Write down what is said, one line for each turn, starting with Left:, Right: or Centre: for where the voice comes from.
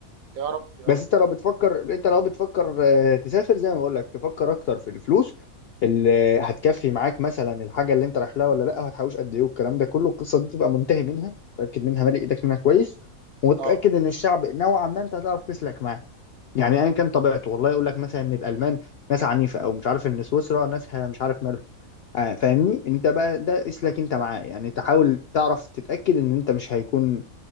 Right: يا رب يا
Left: بس
Right: رب
Left: انت لو بتفكر انت لو بتفكر آه، تسافر زي ما بقول لك تفكر اكتر في الفلوس اللي هتكفي معاك مثلا الحاجه اللي انت رايح لها ولا لا وهتحوش قد ايه والكلام ده كله القصه دي تبقى منتهي منها تاكد منها مالي ايدك منها كويس وتتاكد
Right: اه
Left: ان الشعب نوعا ما انت هتعرف تسلك معاه يعني ايا كان طبيعته والله يقول لك مثلا ان الالمان ناس عنيفه او مش عارف ان سويسرا ناسها مش عارف مالهم آه فاهمني انت بقى ده اسلك
Right: اه
Left: انت معاه يعني تحاول تعرف تتاكد ان انت مش هيكون